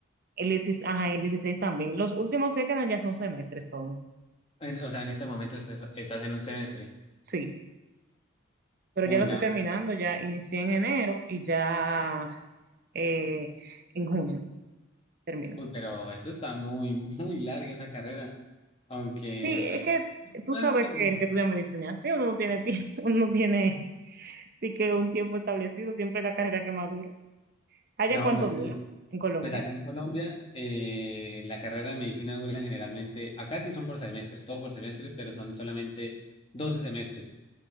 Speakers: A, on the right; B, on the left.
A: El 16, ajá, el 16 también. Los últimos que quedan ya son semestres todo.
B: en- o sea, en este momento estás, estás en un semestre.
A: Sí, pero
B: Uy,
A: ya lo estoy
B: no.
A: terminando, ya inicié en enero y ya eh, en junio termino.
B: Uy, pero eso está muy, <laughs> muy larga esa carrera. Aunque
A: Sí, es que tú
B: mal,
A: sabes
B: pero...
A: que el que estudia medicina, sí, uno no tiene tiempo, <laughs> uno no tiene sí que un tiempo establecido, siempre es la carrera que más dura. ¿Allá
B: No,
A: cuánto
B: pues
A: dura
B: sí.
A: en Colombia?
B: Pues acá en Colombia, eh, la carrera de medicina dura generalmente, acá sí son por semestres, todo por semestres, pero son solamente 12 semestres.